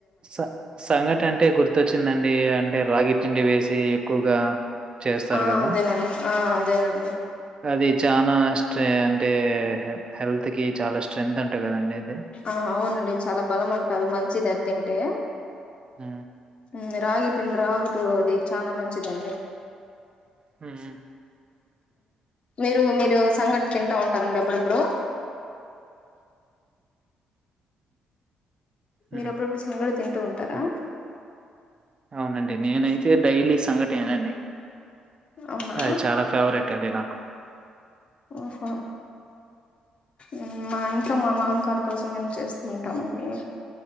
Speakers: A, on the right; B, on the left.
A: స సంగటంటే గుర్తొచ్చిందండి అంటే రాగి పిండి వేసి ఎక్కువగా చేస్తారు
B: ఆ
A: కదా
B: అదేనండి ఆ అదేనండి
A: అది చానా స్ట్రేన్ అంటే హెల్త్ తికి చాలా స్ట్రెంత్ అంటా కదా అన్నది
B: ఆ అవునండి చాలా బలం అంటారు మంచిది అది తింటే
A: ఊ
B: ఊ రాగి పిండ్ రాగుతో అది చానా మంచిది అండి
A: హ్మ్.
B: మీరు మీర్ ఇదిగో సంఘటిి తింటా ఉంటంది అప్పుడప్పుడు
A: హ్మ్.
B: మీరు అప్పుడప్పుడు సంగటి తింటూ ఉంటారా
A: అ అవునండి నేనైతే డైలీ సంఘటేనండి
B: అవునా
A: అది చాలా ఫేవరెట్ అండి నాకు
B: ఓహో ఉమ్ మా ఇంట్లో మా మామ కారు కోసం మేము చేస్తూ ఉంటామండి